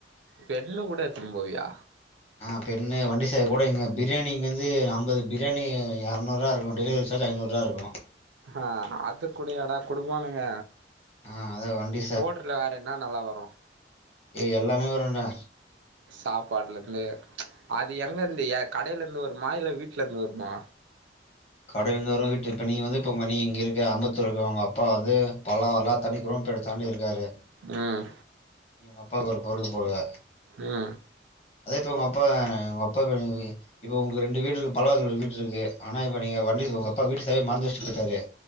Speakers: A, on the right (about 85°); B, on the left (about 35°).
A: பெண்ல கூட எத்துனு போவியா
B: ஆ பெண்ணு வண்டி சாவி கூட இங்கே பிரியாணி இங்கேந்து அம்பது பிரியாணி எரநூறுவா இருக்கோ டெலிவரி சார்ஜு ஐநூறுவா இருக்கோ
A: ஆ அதுக்கூடயாடா குடுப்பானுங்க
B: ஆ அதா வண்டி
A: போர்டுல வேற என்ன நல்லா வரு
B: ஏய் எல்லாமே வருன்டா
A: சாப்பாடுல இருந்து அது எங்க இருந்து கடையில இருந்து வருமா இல்ல வீட்டுல இருந்து வருமா
B: கடைல இருந்து வரு வீட்டு இப்ப நீ வந்து இப்ப நீ இங்க இருக்க அம்பத்தூர் இருக்கு உங்க அப்பா வந்து பலாவரலா தனி குரேம்பேட் தாண்டி இருக்காரு
A: ம்
B: நீ எங்க அப்பாவுக்கு ஒரு பொருள் போடுவ
A: ம்
B: அத இப்ப உங்க அப்பா உங்க அப்பா இப்ப உங்க ரெண்டு வீடு இரு பல்லாவரத்து வீடு இருக்கு ஆனா இப்ப நீங்க வண்டி உங்க அப்பா வீட்டு சாவிய மறந்து வச்சட்டு போயிட்டாரு